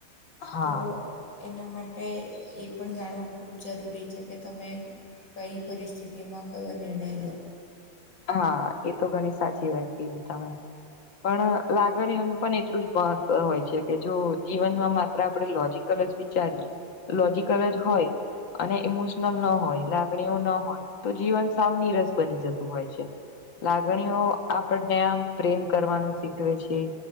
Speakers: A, on the left (about 85°); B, on the left (about 45°).
A: હા
B: તો એના માટે એ પણ જાણવું ખૂબ જરૂરી છે કે તમે કઈ પરિસ્થિતિમાં કયો નિર્ણય લો
A: હા એ તો ઘણી સાચી વાત કીધી તમે પણ લાગણીઓનું પણ એટલું જ મહત્વ હોય છે કે જો જીવનમાં માત્ર આપણે લોજિક લોજીકલ જ વિચારીએ લોજીકલ જ હોય અને ઈમોશનલ ના હોય લાગણીઓ ન હોય તો જીવન સાવનીરસ બની જતું હોય છે લાગણીઓ
B: હા,
A: આપણને આ પ્રેમ કરવાનું શીખવે છે